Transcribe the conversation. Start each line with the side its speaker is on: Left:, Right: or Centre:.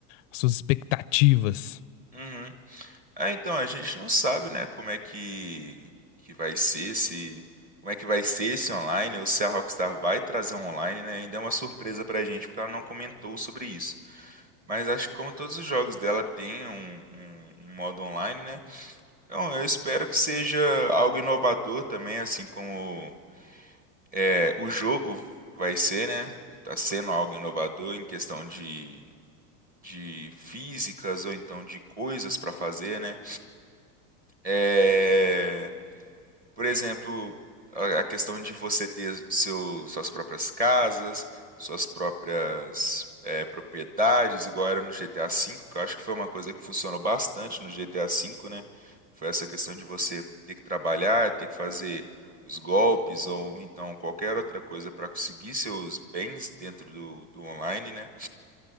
Left: as suas expectativas.
Right: uhum, uhum. É, então, a gente não sabe, né, como é que, que vai ser se como é que vai ser esse online, ou se a Rockstar vai trazer um online, né? Ainda é uma surpresa pra gente, porque ela não comentou sobre isso. Mas acho que como todos os jogos dela tem um, um- um modo online, né? Então eu espero que seja algo inovador também, assim como é, o jogo vai ser, né? Tá sendo algo inovador em questão de, de físicas ou então de coisas pra fazer, né? É, Por exemplo, a a questão de você ter seu, suas próprias casas, suas próprias eh, propriedades, igual era no GTA V, que eu acho que foi uma coisa que funcionou bastante no GTA V, né? Foi essa questão de você ter que trabalhar, ter que fazer os golpes ou então qualquer outra coisa para conseguir seus bens dentro do, do online, né?